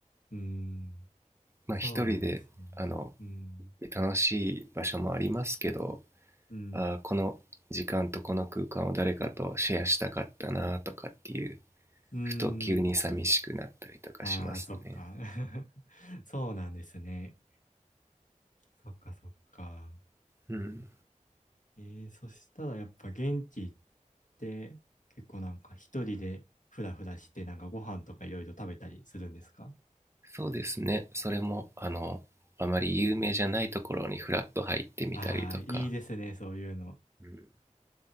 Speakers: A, on the left; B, on the right.
A: うーん。
B: まあ一人であの
A: そうなんですね。うん。
B: 楽しい場所もありますけど
A: うん。
B: あこの時間とこの空間を誰かとシェアしたかったなとかっていう
A: うーん。
B: ふと急に寂しくなったりとかしますね
A: あー、そっか。<laughs> そうなんですね。そっかそっか。
B: うん
A: えー、そしたらやっぱ現地行って結構なんか一人でふらふらしてなんかご飯とかいろいろ食べたりするんですか
B: そうですね。それも、あの、あまり有名じゃないところにフラッと入ってみたりとか、
A: ああー、いいですね、そういうの。
B: うん、